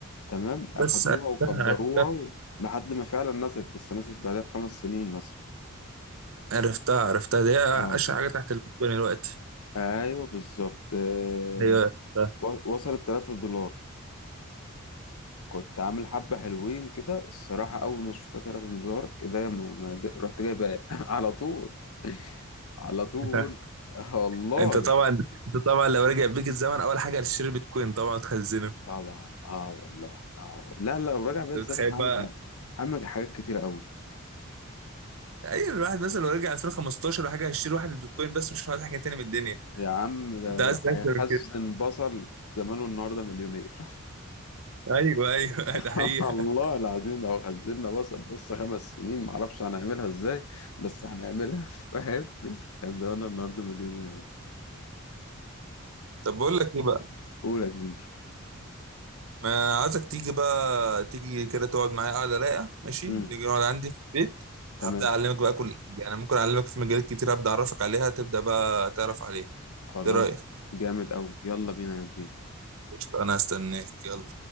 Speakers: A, on the left; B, on the right.
A: تمام أخدوها
B: بس عرفتها
A: وكبروها
B: عرفتها
A: و... لحد ما فعلا نزلت بس نزلت بعدها بخمس سنين مثلا
B: عرفتها عرفتها دي
A: اه
B: اشهر حاجه تحت البيتكوين دلوقتي
A: ايوه بالظبط آه،
B: ايوه عرفتها.
A: و- وصلت 3 دولار كنت عامل حبة حلوين كده الصراحة أول ما شفتها تلاتة دولار إيه ده ما ما ده- رحت جايب <laughs> على طول على طول
B: <laughs>
A: آه والله
B: انت طبعا انت طبعا لو رجع بيك الزمن اول حاجه هتشتري بيتكوين طبعا تخزنه انت
A: طبعا اه والله اه والله. لا لا لو راجع بيا الزمن
B: متخيل
A: هعمل
B: بقى
A: ح- هعمل حاجات كتيرة أوي
B: ايوه الواحد مثلا لو رجع 2015 ولا حاجه هيشتري واحد بيتكوين بس مش عايز حاجه تاني من الدنيا
A: يا عم ده
B: انت
A: لو
B: عايز اكتر
A: هيخزن
B: من كده
A: بصل زمانه النهاردة مليونير
B: ايوه ايوه
A: <laughs>
B: <laughs> ده حقيقه
A: الله العظيم لو خزنا بصل بس خمس سنين معرفش هنعملها ازاي بس هنعملها <laughs> فاهم كان زماننا النهاردة مليونير
B: طب بقول لك ايه بقى
A: أولى كبير
B: ما عايزك تيجي بقى تيجي كده تقعد معايا قاعده رايقه ماشي
A: مم.
B: نيجي نقعد عندي في البيت
A: تمام
B: وهبدا اعلمك بقى كل حاجه انا ممكن اعلمك في مجالات كتير ابدا اعرفك عليها تبدا بقى تعرف عليها
A: خلاص
B: ايه رايك
A: جامد أوي يلا بينا يا كبير
B: قشطة، انا هستناك يلا